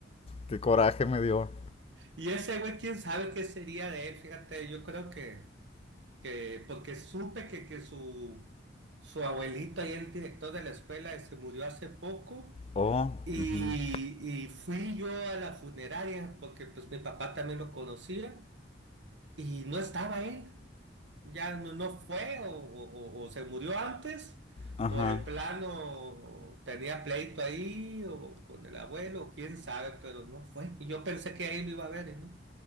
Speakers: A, on the left (about 30°); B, on the right (about 70°).
A: Qué coraje me dio.
B: Y ese güey, quién sabe qué sería de él, fíjate, yo creo que, que porque supe que, que su, su abuelito ahí, el director de la escuela, se murió hace poco.
A: Oh,
B: Y,
A: ujú,
B: y fui yo a la funeraria porque pues mi papá también lo conocía y no estaba él, ya no, no fue o, o- o- o se murió antes
A: ajá.
B: o de plano tenía pleito ahí o con el abuelo, o quién sabe, pero no fue. Y yo pensé que ahí lo iba a ver y no,